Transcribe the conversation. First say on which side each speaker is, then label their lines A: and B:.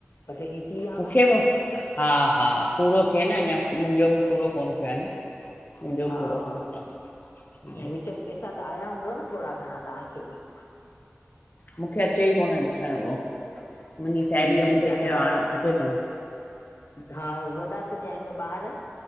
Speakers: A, on the left; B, on the left.
A: ब टे थी वया।
B: मूंखे बि हा हा पूरो थिए न अञा मुंहिंजो बि पूरो कोन्ह थियो आहे न। मुंहिंजो
A: हा,
B: बि पूरो कोन थियो आहे हम्म,
A: बि <unintelligible> चंऊ पैसा त आया हूंदो न थोरा घणा तव्हांखे बि।
B: मूंखे अचे ई कोन ॾिसण हो। मुंहिंजी साहेड़ीअ
A: ईअं
B: मूंखे
A: तव्हांजी
B: चयो
A: गु
B: ह अचे चऊं --
A: हा वॾा सॼा आहियूं न ॿार